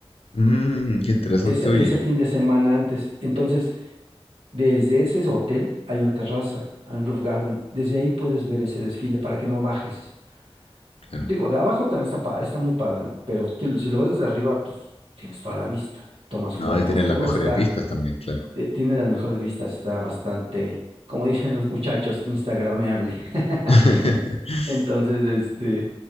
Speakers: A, on the left; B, on the right.
A: Mmm, qué interesante,
B: ese,
A: oye.
B: ese fin de semana antes. Entonces, desde ese hotel hay una terraza, hay un roof garden. Desde ahí puedes ver ese desfile para que no bajes.
A: Claro.
B: Digo, de abajo también está, pa- está muy padre, ¿no? Pero tú- si lo ves desde arriba, pues tienes toda la vista. Tomas
A: No,
B: fotos,
A: ahí tienen
B: todo
A: las mejores
B: está,
A: vistas también, claro.
B: te- tiene las mejores vistas, está bastante, como dicen los muchachos, instagrameable. <laughs>
A: <laughs>
B: Entonces, este,